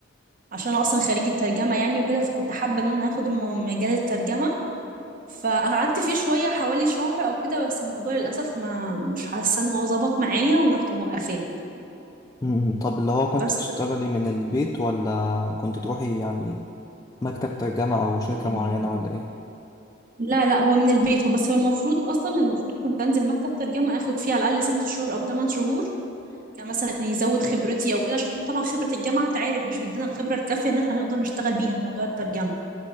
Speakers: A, on the right (about 45°); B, on the left (about 15°).
A: عشان انا اصلا خريجه ترجمه يعني وكده فكنت حابه ان انا اخد الم- مجال الترجمه فقعدت فيه شويه حوالي شهر او كده بس الموضوع للاسف ما مش حاسه ان هو ظبط معايا ورحت موقفاه
B: مم. طب اللي هو كنت
A: بس
B: بتشتغلي
A: <laughs>
B: من البيت ولا كنت تروحي يعني مكتب ترجمة أو شركة
A: اليمين.
B: معينة ولا إيه؟
A: لا لا هو من البيت هو بس هو المفروض اصلا المفروض كنت انزل مكتب ترجمه اخد فيه على الاقل ست شهور او ثمان شهور يعني مثلا يزود خبرتي او كده عشان طبعا خبرة الجامعة انت عارف مش بتدينا الخبرة الكافية ان احنا نقدر نشتغل بيها في موضوع الترجمة